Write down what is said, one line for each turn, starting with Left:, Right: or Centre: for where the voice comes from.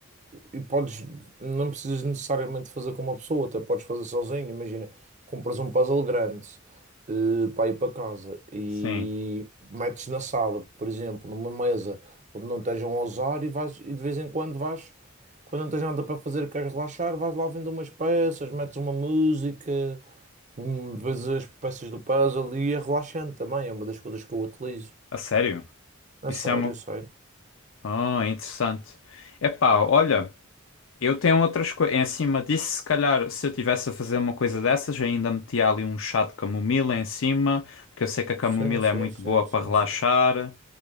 Right: eh, e, podes, não precisas necessariamente fazer com uma pessoa, até podes fazer sozinho. Imagina, compras um puzzle grande eh, para ir para casa e
Left: sim,
Right: metes na sala, por exemplo, numa mesa onde não estejam a usar e vais e de vez em quando vais, quando não tens nada para fazer, e queres relaxar, vais lá vendo umas peças, metes uma música. Hum, Vês as peças do puzzle e é relaxante também, é uma das coisas que eu utilizo.
Left: a sério,
Right: É
Left: isso
Right: sério,
Left: é uma,
Right: é sério.
Left: Ah, interessante. Epá, olha, eu tenho outras coisas. Em cima disso, se calhar, se eu tivesse a fazer uma coisa dessas, eu ainda metia ali um chá de camomila em cima, porque eu sei que a camomila
Right: Sim, sim,
Left: é muito
Right: sim,
Left: boa para
Right: sim,
Left: relaxar.
Right: sim.